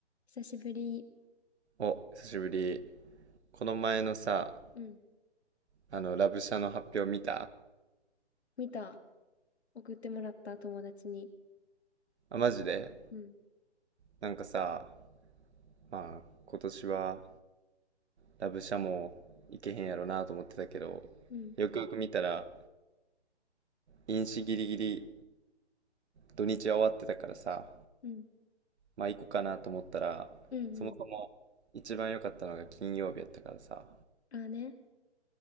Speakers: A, on the left; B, on the right.
A: 久しぶり。
B: お、久しぶり。この前のさ、
A: うん。
B: あの、ラブシャの発表見た
A: 見た。送ってもらった、友達に。
B: あ、マジで
A: うん。
B: なんかさ、まあ、今年はラブシャも行けへんやろなと思ってたけど、
A: うん。
B: よくよく見たら、飲酒ギリギリ土日は終わってたからさ、
A: うん。
B: まあ行こうかなと思ったら、
A: うん。
B: そもそも一番良かったのが金曜日やったからさ。
A: うん。ああね。